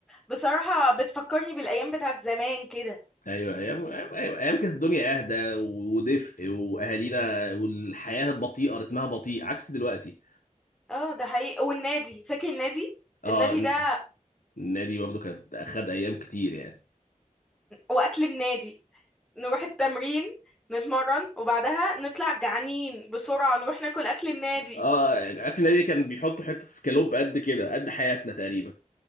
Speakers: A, in the centre; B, on the left (about 85°).
A: بصراحة بتفكرني بالأيام بتاعت زمان كده
B: ايوه ايام ايام أيوة، أيام كانت الدنيا اهدى و- ودفء واهالينا والحياه بطيئه رتمها بطيء عكس دلوقتي
A: اه ده حقيقي والنادي فاكر النادي
B: اه
A: النادي
B: الن-
A: ده
B: النادي برضو كانت اخد ايام كتير يعني
A: وأكل النادي نروح التمرين نتمرن وبعدها نطلع جعانين بسرعة نروح ناكل أكل النادي
B: اه اكل النادي كان بيحطوا حته سكالوب قد كده قد حياتنا تقريبا